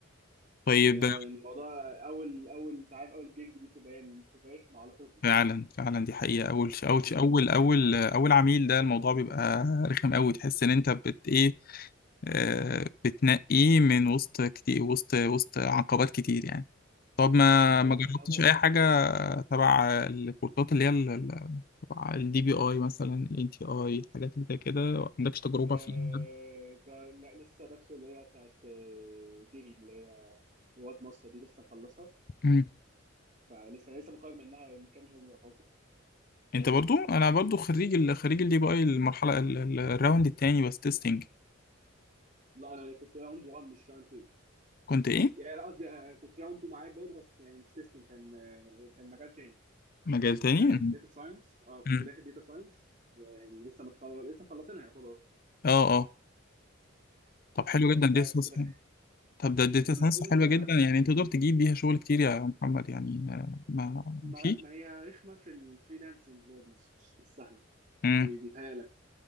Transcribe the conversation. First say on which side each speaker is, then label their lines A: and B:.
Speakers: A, on the left; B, on the right.
A: طيب
B: يعني هو الموضوع اول اول انت عارف اول جيج دي بتبقى ايه بتبقى رخمه على طول
A: فعلا فعلا دي حقيقة أول ش- أول
B: <laughs>
A: ش- أول أول أول عميل ده الموضوع بيبقى رخم أوي تحس إن أنت بت إيه آه، بتنقيه من وسط كتير وسط وسط عقبات كتير يعني طب ما
B: لا، هو
A: ما جربتش
B: يعني عموما
A: أي حاجة تبع الكورسات اللي هي ال- ال- تبع الدي بي أي مثلا ال NTI الحاجات اللي زي كده ما عندكش تجربة
B: أه...
A: فيها
B: جا- لا لسه داخل اللي هي بتاعت آه، ديبي اللي هي رواد مصر دي لسه مخلصها
A: مم.
B: فلسه لسه متخرج منها من كام يوم يعتبر <laughs>
A: أنت برضو أنا برضو خريج ال خريج الدي بي أي المرحلة ال- ال- الراوند التاني بس تيستنج
B: لا انا كنت راوند 1 مش راوند
A: كنت إيه
B: يعني لا قصدي آه، كنت راوند 2 معاك برضه بس يعني مش تيستنج كان آه، كان مجال تاني
A: مجال
B: يعني
A: تاني
B: كنت داخل
A: مم.
B: داتا ساينس اه
A: مم.
B: كنت داخل داتا ساينس يعني لسه متخرج لسه مخلصينها يعتبر
A: اه اه طب
B: بس
A: حلو
B: انت انت
A: جدا دي صح
B: كنت داخل
A: طب ده الداتا
B: انت بتقول
A: ساينس
B: انت
A: حلوة جدا يعني انت تقدر تجيب بيها شغل كتير يا محمد يعني آه، ما
B: ما,
A: فيش
B: ما هي رخمه في الفريلانسنج برضه مش مش مش سهله
A: مم.
B: بي- بيتهيألك